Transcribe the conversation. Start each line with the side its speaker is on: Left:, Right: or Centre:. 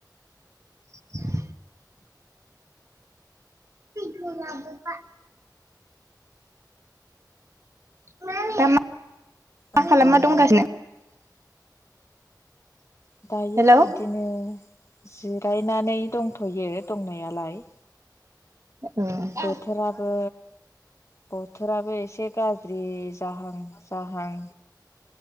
Right: <inaudible> <unintelligible> <unintelligible>
Left: ओमफ्रायो
Right: खालामना दंगासिनो
Left: दायो
Right: हेलौ
Left: इदिनो जिरायनानै दंथ'यो दंनायालाय
Right: औ
Left: बोथोराबो। बोथोराबो एसे गाज्रि जाहां जाहां।